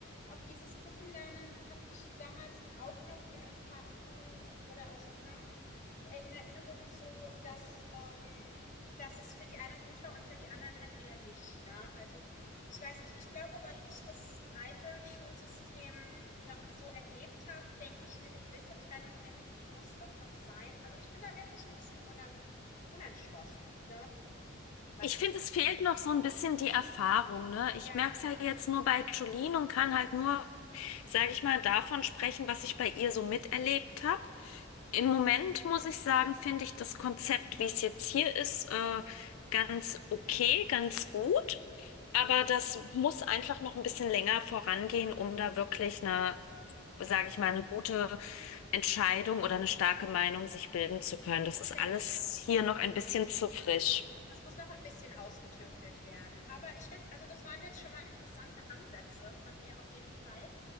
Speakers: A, on the left (about 40°); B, on the left (about 85°).
A: Auch dieses Gruppenlernen habe ich damals auch noch in Erfahrung oder aus, ne? äh, in Erinnerung so, dass, ähm, dass es für die einen gut war und für die anderen halt wieder nicht. Ne? Also ich weiß nicht. Ich glaube, weil ich das alte Schulsystem noch so erlebt habe, denke ich, eine gewisse Trennung irgendwie muss doch noch sein. Also ich bin da wirklich ein bisschen unan unentschlossen, ne? was
B: Ich
A: das
B: finde,
A: angeht.
B: es fehlt noch so ein bisschen die Erfahrung, ne? Ich
A: Ja,
B: merke es ja jetzt nur bei Jolene und kann halt nur, sage ich mal, davon sprechen, was ich bei ihr so miterlebt habe. Im Moment muss ich sagen, finde ich das Konzept, wie es jetzt hier ist, äh, ganz okay, ganz gut.
A: mhm,
B: Aber das muss einfach noch ein bisschen länger vorangehen, um da wirklich eine, sage ich mal, eine gute Entscheidung oder eine starke Meinung sich bilden zu können. Das
A: das
B: ist
A: denke
B: alles
A: ich auch.
B: hier
A: Ja,
B: noch ein
A: das
B: bisschen
A: muss
B: zu frisch.
A: Es muss noch ein bisschen ausgetüftelt werden. Aber ich finde, also das waren jetzt schon mal interessante Ansätze von dir auf jeden Fall.